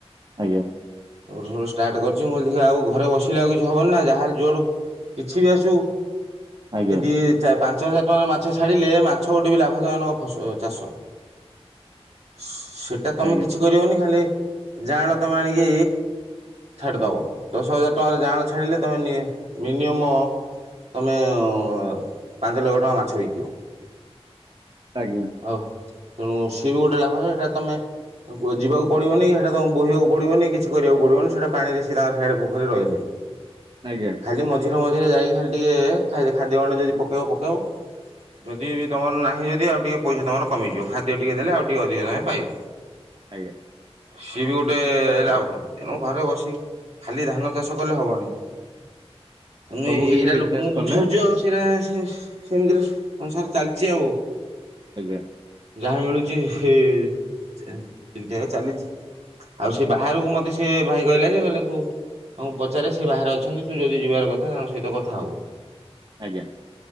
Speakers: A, on the right; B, on the right.
A: ଆଜ୍ଞା।
B: <unintelligible> ଷ୍ଟାର୍ଟ କରିଛି ମୁଁ ହେଲି ଦେଖିୱା ଆଉ ଘରେ ବସିଲେ ଆଉ କିଛି ହବନି ନା ଯାହା ହେଲେ ଯୁଆଡ଼ୁ କିଛି ବି ଆସୁ
A: ଆଜ୍ଞା
B: କି ଦି ଚା ପାଞ୍ଚ ହଜାର ଟଙ୍କାର ମାଛ ଛାଡ଼ିଲେ ମାଛ ଗୋଟେ ବି ଲାଭଜନକ ଫସ - ଚାଷ। ସେଟା ତମେ
A: ଆଜ୍ଞା
B: କିଛି କରିବନି ଖାଲି ଯାଆଁଳା ତମେ ଆଣିକି ଛାଡ଼ିଦବ ଦଶ ହଜାର ଟଙ୍କାର ଯାଆଁଳା ଛାଡିଲେ ତମେ ନି ମିନିମମ୍ ତମେ- ପାଞ୍ଚ ଲକ୍ଷ ଟଙ୍କା ମାଛ ବିକିବ।
A: ଆଜ୍ଞା।
B: ଆଉ ତେଣୁ ସିଏ ବି ଗୋଟେ ଲାଭ ସେଇଟା ତମେ। ଆଉ କୁଆଡେ ଯିବାକୁ ପଡିବନି ସେଇଟା ତମକୁ ବୋହିବାକୁ ପଡିବନି କିଛି କରିବାକୁ ପଡିବନି ସେଇଟା ପାଣିରେ ସେ ତାଙ୍କଏ ସିଆଡେ ପୋଖରୀରେ ରହିଲେ।
A: ଆଜ୍ଞା।
B: ଖାଲି ମଝିରେ ମଝିରେ ଯାଇକି ଖାଲି ଟିକେ ଖାଇଲେ ଖାଦ୍ୟ ଗଣ୍ଡେ ଯଦି ପକେଇବ ପକେଇବ। ଯଦି ଜଦି ତମର ନାହିଁ ଯଦି ଆଉ ଟିକେ ପଇସା ତମର କମି ଯିବ ଖାଦ୍ୟ ଟିକେ ଦେଲେ ଆଉ ଟିକେ ଅଧିକ ତମେ ପାଇବ।
A: ଆଜ୍ଞା।
B: ସିଏ ବି ଗୋଟେ ଏ ରା ଭଲ ତେଣୁ ଘରେ ବସି ଖାଲି ଧାନ ଚାଷ କଲେ ହବନି। ତୁମେ
A: ସବୁ
B: ଏଇରା
A: କିଛି ବିଜନେସ
B: ଲୋକଙ୍କୁ ବୁଝଉଛୁ
A: କଲେ
B: ଆଉ ସେଇରା। ଫିସ୍ ସେମିତିରେ ସଂସାର ଚାଲିଛି ଆଉ।
A: ଆଜ୍ଞା।
B: ଯାହା ମିଳୁଛି ସେ -ଚେ ଠିକଠାକ୍ ଚାଲିଛି। ଆଉ ସେ ବାହାରକୁ ମୋତେ ସେ ଭାଇ କହିଲା ଯେ କହିଲା ତୁ ତାଙ୍କୁ ପଚାରେ ସେ ବାହାରେ ଅଛନ୍ତି ତୁ ଯଦି ଯିବାର କଥା ତାଙ୍କ ସହିତ କଥା ହବୁ।
A: ଆଜ୍ଞା।